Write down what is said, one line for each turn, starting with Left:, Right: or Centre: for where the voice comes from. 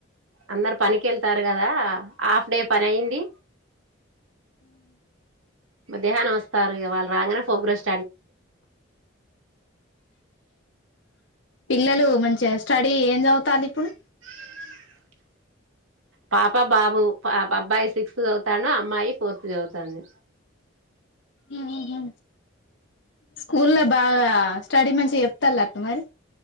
Right: అందరు పనికెళ్తారు గదా ఇంకా ఆఫ్ డే పనయ్యింది మద్యాహ్నం వస్తారు ఇగ వాళ్ళు రాంగనే ఫోగ్రస్
Left: పిల్లలు మంచిగా. స్టడీ ఏం చదువుతాంది ఇప్పుడు.
Right: ఆ పాప బాబు పా పాఅబ్బాయి సిక్స్త్ చదువుతాండు. అమ్మాయి ఫోర్త్ చదువుతాంది.
Left: ఉహూ. స్కూల్లా బాగా స్టడీ మంచిగా చెప్తాలేటన మరి.